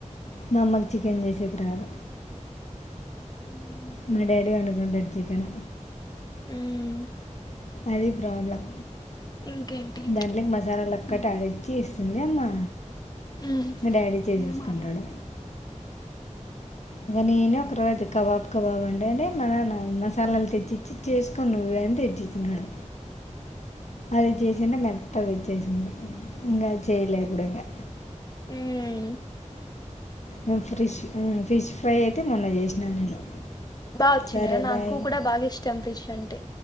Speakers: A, on the left (about 60°); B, on the left (about 30°).
A: మా అమ్మకి చికెన్ చేసేకి రాద్
B: ఉమ్
A: మ డాడీ వండుకుంటాడు చికన్
B: ఉమ్
A: అది ప్రాబ్లమ్
B: ఇంకేంటి
A: దాంట్లోకి మసాలాలోక్కటి
B: ఉమ్,
A: ఆడిచ్చి ఇస్తది అమ్మా
B: ఉమ్.
A: ఇకా డాడీ చేసేసుకుంటాడు
B: పిల్ల మాట్లాడుతుంది
A: ఇంగ నేనే ఒక రోజు కబాబ్ కబాబ్ అంటంటే మా నాన్న మస్ చల్లలు తెచ్చిచ్చి చేసుకుని నువ్వు అని తెచ్చిచ్చన్నాడు అది చేసిన మెత్ అది వచ్చేసింది ఇంకా చేయలేప్పుడు ఇంకా
B: ఉమ్
A: ఉమ్ ఫ్రిష్ ఫిష్ ఫ్రై అయితే మొన్న చేసినా నేను
B: బాగా వచ్చిండ
A: సరే
B: నాకు
A: బాయ్
B: కూడా బాగా ఇష్టం ఫిష్ అంటే